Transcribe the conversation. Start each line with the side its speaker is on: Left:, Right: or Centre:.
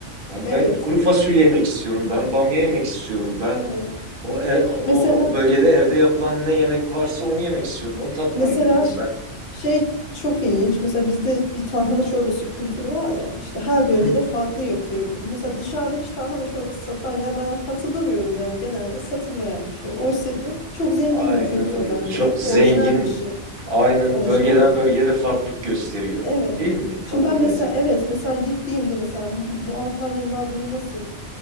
Right: Yani
Left: Evet,
Right: ben kuru fasulye yemek istiyorum. Ben bamya yemek istiyorum. Ben
Left: evet.
Right: o, e- o,
Left: Mesela
Right: o bölgede evde yapılan ne yemek varsa onu yemek istiyorum. Onu tatmaya
Left: mesela
Right: gidiyorum
Left: ş-
Right: ben.
Left: şey çok ilginç. Mesela bizde bir tarhana çorbası kültürü var ya. İşte her
Right: Hı hı.
Left: bölgede farklı yapıyor bunu. Mesela dışarıda hiç tarhana çorbası satan ya ben hatırlamıyorum yani genelde satılmayan bir şey. Oysa ki çok zengin
Right: Aynen
Left: bir kültür
Right: öyle.
Left: bence
Right: Çok
Left: ve
Right: zengin.
Left: orijinal bir şey.
Right: Aynen
Left: Orijinal.
Right: bölgeden bölgeye de farklılık gösteriyor.
Left: Evet.
Right: Değil mi? Tadı,
Left: Şimdi ben mesela
Right: lezzeti.
Left: evet mesela gittiğimde mesela bu Antalyalılar bunu nasıl